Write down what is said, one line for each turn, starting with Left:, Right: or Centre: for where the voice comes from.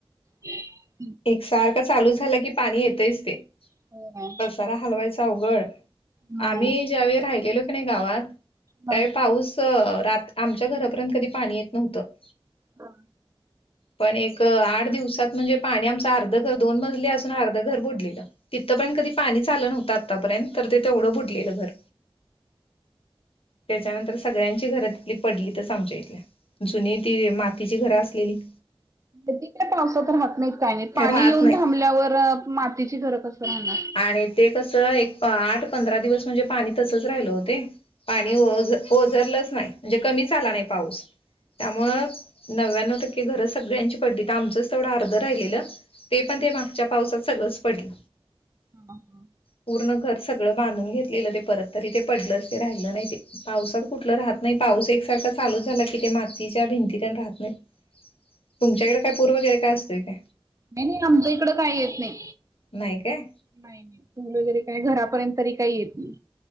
Right: हम्
Left: एकसारखं चालू झाला की पाणी येतच ते
Right: होय
Left: पसारा हलवायचा अवघड
Right: हा
Left: आम्ही वेळी राहिो नाही गावात
Right: हा
Left: त्यावेळी पाऊस ात आमच्या घरापर्यंत कधी पाणी येत नव्हतं
Right: हा
Left: पण एक आठ दिवसात म्हणजे पाणी आमचं अर्ध घर दोन मजले असून अर्ध घर बुडलेलं तिथं पण कधी पाणी चाललं नव्हतं आत्तापर्यंत तर तेवढं बुडलेलं घर त्याच्यानंतर सगळ्यांची घर तिथली पडली तरच आमच्या इथल्या जुनी ती मातीची घर असलेली
Right: त काय पावसात राहत नाहीत काय नाही पाणी
Left: राहत
Right: येऊन
Left: नाही.
Right: थांबल्यावर मातीची घरं कस राहणार
Left: आणि ते कस एक आठ पंधरा दिवस म्हणजे पाणी तसंच राहिल होते पाणी
Right: हा हा.
Left: ओझरलंच नाही म्हणजे कमीच आला नाही पाऊस त्यामु नव्याण्णव टक्के घर सगळ्यांची पडली तर आमचंच तेवढं अर्धं राहिलेलं ते पण ते मागच्या पावसाात सगळं पडलं
Right: हा हा
Left: पूर्ण घर सगळं बांधून घेतलेलं ते परत तरी ते पडलं अस ते राहिलं नाही ते पावसात कुठलं राहत नाही पाऊस एकसारखा चालच झाला कि ते मातीच्या भिंतीत राहत नाही तुमच्याकडे काय पूर वगैर काय असतय का
Right: नाही नाही आमच्या इकडं काही येत नाही
Left: नाही काय
Right: नाही नाही तुम वगैरे का नाही घरापर्यंत तरी काही येत नाही